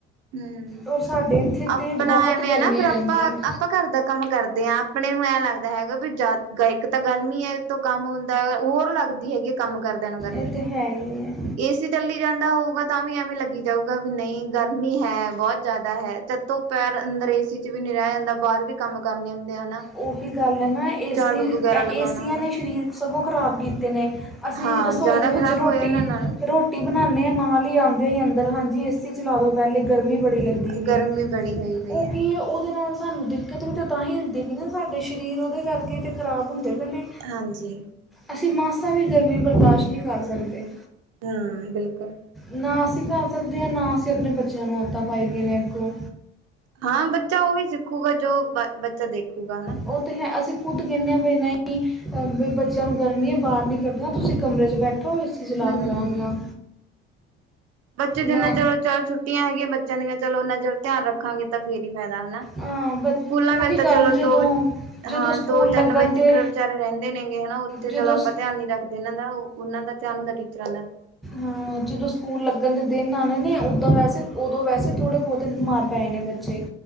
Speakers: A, on the right (about 55°); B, in the centre.
A: ਹੂੰ,
B: ਔਰ ਸਾਡੇ ਇੱਥੇ
A: ਆਪਣਾ
B: ਤਾਂ ਬਹੁਤ
A: ਐਵੇਂ
B: ਗਰਮੀ
A: ਹੈ ਨਾ ਫਿਰ ਆਪਾਂ
B: ਪੈਂਦੀ ਹੈ
A: ਆਪਾਂ ਘਰ ਦਾ। ਕੰਮ ਕਰਦੇ ਹਾਂ ਆਪਣੇ ਨੂੰ ਐ ਲੱਗਦਾ ਹੈਗਾ, ਵੀ ਇੱਕ ਤਾਂ ਗਰਮੀ ਹੈ ਤੋਂ ਕੰਮ। ਹੋਰ ਲੱਗਦੀ ਹੈਗੀ, ਕੰਮ ਕਰਦਿਆਂ ਨੂੰ ਗਰਮੀ
B: ਇਹ ਤਾਂ ਹੈ ਹੀ ਹੈ
A: ਏਸੀ ਤੱਲੀ ਜਾਂਦਾ ਹੋਊਗਾ, ਤਾਂ ਵੀ ਐਵੇਂ ਲੱਗੀ ਜਾਊਗਾ ਵੀ ਨਹੀਂ ਗਰ ਹੈ ਬਹੁਤ ਜ਼ਿਆਦਾ ਹੈ ਚੱਤੋ ਪਹਿਰ ਘਰੇ ਏ ਸੀ 'ਚ ਵੀ ਨੀ ਰਿਹਾ ਜਾਂਦਾ ਬਾਹਰ ਵੀ ਕੰਮ ਕਰਨੇ ਹੁੰਦੇ ਹਨਾ।
B: ਉਹੀ ਗੱਲ ਹੈ ਨਾ ਏਸ
A: ਝਾੜੂ ਵਗੈਰਾ
B: ਏਸੀਆਂ
A: ਲਗਾਉਣਾ ਹਨਾ
B: ਨੇ ਸਰੀਰ ਸਗੋਂ ਖਰਾਬ ਕੀਤੇ ਨੇ। ਅਸੀਂ
A: ਹਾਂ
B: ਰਸੋਈ
A: ਜ਼ਿਆਦਾ
B: ਦੇ
A: ਖ਼ਰਾਬ
B: ਵਿੱਚ ਰੋਟੀ,
A: ਹੋਏ ਇਹਨਾਂ ਨਾਲ
B: ਰੋ ਬਣਾਨੇ ਹਾਂ ਨਾਲ ਹੀ ਆਦੇ ਅੰਦਰ ਹਾਂਜੀ ਏ ਸੀ ਚਲਾ ਦੋ ਪਹਿਲੇ ਗਰਮੀ ਬੜੀ ਲੱਗੀ
A: ਗਰਮੀ ਬੜੀ ਹੋਈ ਪਈ
B: ਉਹ
A: ਹੈ
B: ਕੀ ਏ ਉਹਦੇ ਨਾਲ ਸਾਨੂੰ ਦਿੱਕਤ ਵੀ ਤਾਂ ਤਾਂ ਹੀ ਹੁੰਦੀ ਪਈ ਨਾ ਸਾਡੇ ਸਰੀਰ ਉਹਦੇ ਕਰਕੇ ਹੀ ਤਾਂ ਖਰਾਬ ਹੁੰਦੇ ਪਏ ਨੇ।
A: ਹਾਂਜੀ
B: ਅਸੀਂ ਮਾਸਾਂ ਵੀ ਗਰਮੀ ਬਰਦਾਸ਼ਤ ਨਹੀਂ ਕਰ ਸਕਦੇ।
A: ਹੂੰ ਬਿਲਕੁਲ।
B: ਨਾ ਅਸੀਂ ਕਰ ਸਕਦੇ ਹਾਂ ਨਾ ਅਸੀਂ ਆਪਣੇ ਬੱਚਿਆਂ ਨੂੰ ਆਦਤਾਂ ਪਾਈ ਦੀਆਂ ਨੇ ਅੱਗੋਂ।
A: ਹਾਂ ਬੱਚਾ ਉਹੀ ਸਿੱਖੂਗਾ ਜੋ ਬੱਚਾ ਦੇਖੂਗਾ ਹਨਾ।
B: ਉਹ ਤਾਂ ਹੈ ਅਸੀਂ ਖੁਦ ਕਹਿੰਨੇ ਆ ਵੀ ਨਹੀਂ ਬਈ ਬੱਚਿਆਂ ਨੂੰ ਗਰਮੀ ਹੈ ਬਾਹਰ ਨਹੀਂ ਕੱਢਣਾ ਤੁਸੀਂ ਕਮਰੇ 'ਚ ਬੈਠੋ ਏ ਸੀ ਚਲਾ
A: ਹਮ
B: ਕੇ ਆਰਾਮ
A: ਹਮ
B: ਨਾਲ।
A: ਬੱਚੇ ਜਿੰਨਾ
B: ਨਾ
A: ਚਲੋ ਚੱਲ ਛੁੱਟੀਆਂ ਹੈਗੀਆਂ ਬੱਚਿਆਂ ਦੀਆਂ ਚਲੋ ਉਨਾ ਚਿਰ ਧਿਆਨ ਰੱਖਾਂਗੇ ਤਾਂ ਫੇਰ ਹੀ ਫਾਇਦਾ ਹਨਾ।
B: ਹਾਂ ਬਸ
A: ਸਕੂਲਾਂ
B: ਉਹੀ
A: ਵਿੱਚ ਤਾਂ
B: ਗੱਲ
A: ਚਲੋ ਦੋ,
B: ਜਦੋਂ ਜਦੋਂ
A: ਹਾਂ
B: ਸਕੂਲ
A: ਦੋ-ਤਿੰਨ
B: ਲੱਗਣ
A: ਵਜੇ
B: ਤੇ
A: ਤਿਕਰ ਵਿਚਾਰੇ ਰਹਿੰਦੇ ਦੇ ਦੇਗੇ ਹਨਾ ਉੱਥੇ
B: ਜਦੋਂ
A: ਚਲੋ ਆਪਾਂ
B: ਸ-
A: ਧਿਆਨ ਨੀ ਰੱਖਦੇ ਇਹਨਾਂ ਦਾ ਉਹਨਾਂ ਦਾ ਧਿਆਨ ਹੁੰਦਾ ਟੀਚਰਾਂ ਦਾ।
B: ਹਾਂ ਜਦੋਂ ਸਕੂਲ ਲੱਗਣ ਦੇ ਦਿਨ ਆਨੇ ਨੇ ਉਦਾਂ ਵੈਸੇ ਉਦੋਂ ਵੈਸੇ ਥੋੜ੍ਹੇ ਬਹੁਤੇ ਬਿਮਾਰ ਪਏ ਨੇ ਬੱਚੇ,